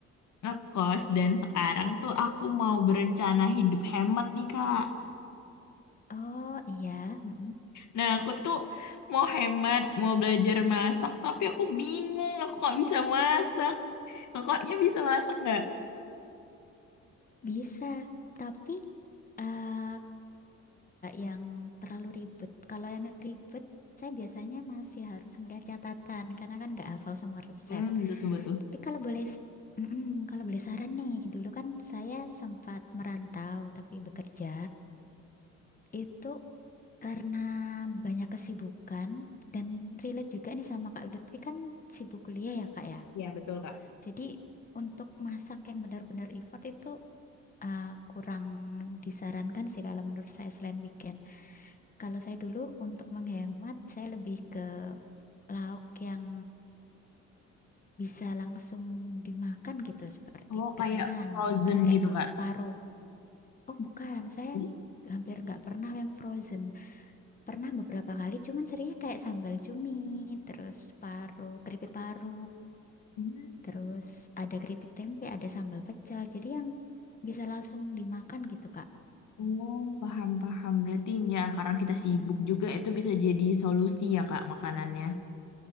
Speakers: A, on the left; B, on the left.
A: ngekos dan sekarang tuh aku mau berencana hidup hemat nih, Kak.
B: Oh iya, mm-mm.
A: Nah, aku tuh mau hemat, mau belajar masak, tapi aku bingung, aku nggak bisa masak. Kakaknya bisa masak nggak?
B: Bisa. Tapi gak yang terlalu ribet. Kalau yang ribet, saya biasanya masih harus ngeliat catatan karena kan nggak hafal semua resep.
A: Hmm, betul-betul.
B: Tapi kalau boleh, mm-mm, kalau boleh saran nih, dulu kan saya sempat merantau tapi bekerja itu karena banyak kesibukan dan relate juga nih sama Kak Lutfi kan sibuk kuliah ya Kak ya.
A: Ya, betul, Kak.
B: Jadi untuk masak yang benar-benar effort itu uh, kurang disarankan sih kalau menurut saya selain weekend. Kalau saya dulu untuk menghemat, saya lebih ke lauk yang bisa langsung dimakan gitu seperti
A: Oh,
B: keringan
A: kayak frozen
B: mungkin kayak
A: gitu, Kak.
B: paru. Oh bukan, saya
A: Jadi,
B: hampir nggak pernah yang frozen. Pernah beberapa kali, cuman seringnya kayak sambal cumi, terus paru, keripik paru,
A: Hmm.
B: terus ada keripik tempe, ada sambal pecel. Jadi yang bisa langsung dimakan gitu Kak.
A: Oh, paham-paham. Berarti ya, karena kita
B: Mm-mm.
A: sibuk juga, itu bisa jadi solusi ya, Kak, makanannya.